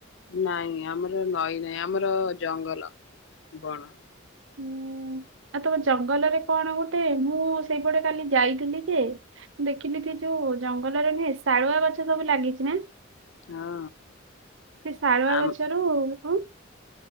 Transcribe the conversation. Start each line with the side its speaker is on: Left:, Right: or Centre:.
Left: ନାଇଁ ଆମର ନଈ ନାଇଁ, ଆମର ଜଙ୍ଗଲ ବଣ
Right: ହୁଁ ଆଉ ତମ ଜଙ୍ଗଲରେ କଣ ଗୋଟେ ମୁଁ ସେଇପଟେ କାଲି ଯାଇଥିଲି ଯେ ଦେଖିଲି ସେ ଯୋଉ ଜଙ୍ଗଲରେ ନୁହେଁ ଶାଳୁଆ ଗଛ ସବୁ ଲାଗିଚି ନା?
Left: ହଁ
Right: ସେ ଶାଳୁଆ
Left: ଆମ
Right: ଗଛରୁ ହଁ।